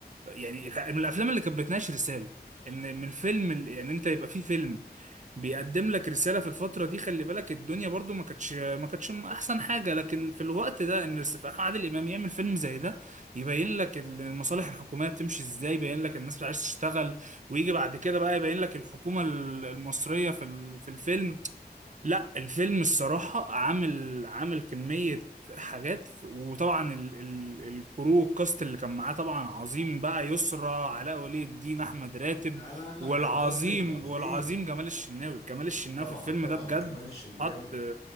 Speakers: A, on the right; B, on the left.
A: يعني الح- من الافلام اللي كانت بتناقش رساله ان من الفيلم ال- يعني انت يبقى في فيلم بيقدم لك رساله في الفتره دي خلي بالك الدنيا برضو ما كانتش ما كانتش م- احسن حاجه لكن في الوقت ده ان الس- عادل امام يعمل فيلم زي ده يبين لك ال- المصالح الحكوميه بتمشي ازاي يبين لك الناس مش عايزه تشتغل ويجي بعد كده بقى يبين لك الحكومه ال- المصريه في ال- في الفيلم لا الفيلم الصراحة عامل عامل كمية حاجات وطبعا ال ال الكرو الكاست اللي كان معاه طبعا عظيم بقى يسرى علاء ولي الدين أحمد راتب
B: لا لا لا
A: والعظيم
B: كان كاستنج عظيم
A: والعظيم جمال الشناوي جمال الشناوي
B: طبعا
A: في الفيلم
B: طبعا
A: ده بجد
B: كمال الشناوي
A: حط